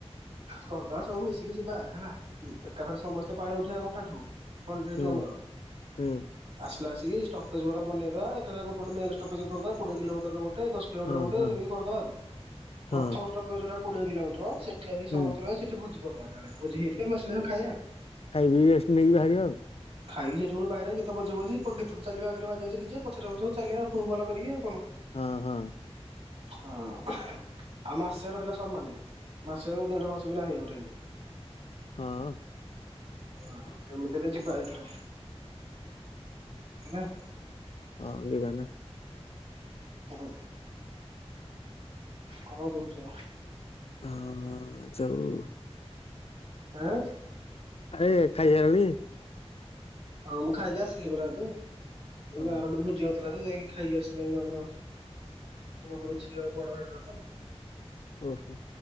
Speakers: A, on the right (about 70°); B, on the left (about 65°).
A: କରିଦବା ସବୁ ମିଶିକି ଯିବା ହେଲା ଏକାଥରେ ସମସ୍ତେ ପାଣି ଉଠେଇବା ଗୋଟାଠୁ <unintelligible>
B: ହୁଁ
A: ଠୁ ଆମର
B: ହୁଁ
A: ଆସ୍ ହେଲା ଆସିକି ଷ୍ଟପେଜ ଗୁରା ବନେଇଦବା ଏକାଥରେ ଗୋଟେ ଗୋଟେ ମେନ ଷ୍ଟପେ୍ଜ କରିଦବା କୋଡିଏ କିଲୋମିଟର ଗୋ ଗୋଟେ ଦଶ କିଲୋମିଟର
B: ହଁ
A: ଗୋଟେ
B: ହଁ
A: ଏମିତି କରିଦବା ଆଉ
B: ହଁ
A: ପ୍ରଥମ ଷ୍ଟପେଜଗୁରା କୋଡ଼ିଏ କିଲୋମଟର ସେ ଠେରି
B: ହୁଁ
A: ସମସ୍ତେ ରହି ସେଠି ଭୋଜି କରିଦବା ଭୋଜି ହେଇଥିବ ଆମେ ଆସିଲେ ଖାଇବା ଆଉ।
B: ଖାଇ ପିଇ ରେଷ୍ଟ ନେଇକି ବାହାରିବା ଆଉ।
A: ଖାଇକି ସେଠି ପୁଣି ବାହାରିବା ଗୀତ ବଜେଇ ବଜେଇ ପୁଣି ଗୀତ ତ ଚାଲିବ ଆଗରେ ବାଜି ବାଜି ଡିଜେ ପଛରେ ଆମେ ସବୁ ଚାଲିଆ ହୋ ହାଲା କରିକି ଆଉ। କଣ।
B: ହଁ ହଁ।
A: ହଁ ଆଉ ମାସେ ରହିଲା ସମାନି। ମାସେ ଆଉ ଦେଢ ମାସେ ବି ନାହିଁ ଆଉ ଟାଇମ୍।
B: ହଁଅ।
A: ହଁ ଯେମିତି ହେଲେ ଯିବା ଏଥର ଆମେ
B: ହଁ ଯିବ ନା।
A: <unintelligible> କଣ କହୁଚ?
B: ହଁ ଯାଉ।
A: ଆଁ?
B: ଏ ଖାଇ ହେଲାଣି?
A: ହଁ ମୁଁ ଖାଇକି ଆସିଲି ପରା ଏବେ। ଏଇ
B: ଓହୋ
A: ଆରଡି ଗୋଟେ ଭୋଜି ଅ ଥିଲା ତ ଯାଇକି ଖାଇକି ଆସିଲି ମୁଁ ତାଙ୍କର ତାଙ୍କ ଘର ଝିଅ ବଡ ହେଇଥିଲା ତ।
B: ଓହୋ।